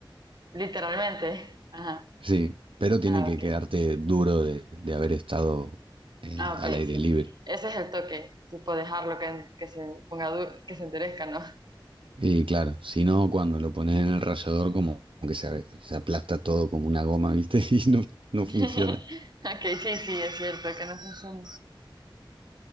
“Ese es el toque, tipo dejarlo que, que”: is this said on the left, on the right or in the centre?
Right